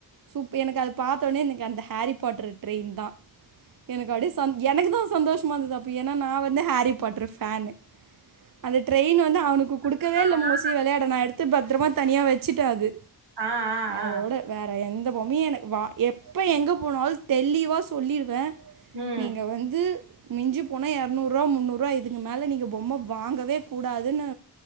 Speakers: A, on the right; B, on the right.
A: சூப்ப எனக்கு அது பார்த்தோடனே எனக்கு அந்த ஹாரி பாட்ரு ட்ரெயின் தான் எனக்கு அப்படியே ச எனக்கு தான் சந்தோஷமாக இருந்தது அப்போ ஏன்னா நான் வந்து ஹேரி பாட்ரு ஃபேனு அந்த ட்ரெயின் வந்து அவனுக்கு கொடுக்கவே
B: சொல்லணும்னா
A: இல்ல மோஸ்ட்லி விளையாட நான் எடுத்து பத்திரமா தனியா வச்சுட்டான் அது
B: ஆ ஆ
A: அதோட
B: ஆ
A: வேற எந்த பொமி எனக்கு வா எப்ப எங்க போனாலும் தெளிவா சொல்லிருவேன்
B: ம்
A: நீங்க வந்து மிஞ்சி போனா இரநூறுவ முன்னுறுவா இதுக்கு மேலே நீங்கள் பொம்மை வாங்கவே கூடாதுன்னு